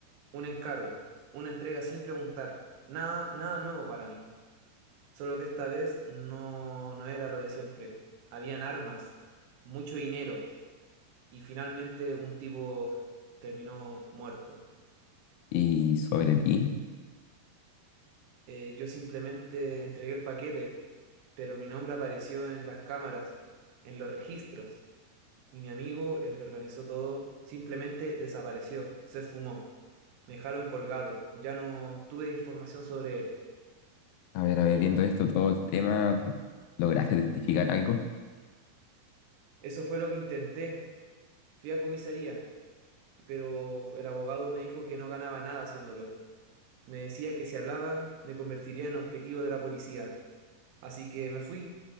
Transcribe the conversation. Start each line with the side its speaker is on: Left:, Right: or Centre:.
Right: Un encargo, una entrega sin preguntar. Nada, nada nuevo para mí. Solo que esta vez no, no era lo de siempre. Habían armas, mucho dinero y finalmente un tipo terminó muerto.
Left: Y sobre ti,
Right: Eh, yo simplemente entregué el paquete, pero mi nombre apareció en las cámaras, en los registros. Y mi amigo, el que organizó todo, simplemente desapareció, se esfumó. Me dejaron colgado, ya no tuve información sobre él.
Left: a ver, a ver, viendo esto, todo el tema, ¿lograste testificar algo?
Right: Eso fue lo que intenté. Fui a comisaría, pero el abogado me dijo que no ganaba nada haciéndolo. Me decía que si hablaba me convertiría en objetivo de la policía. Así que me fui,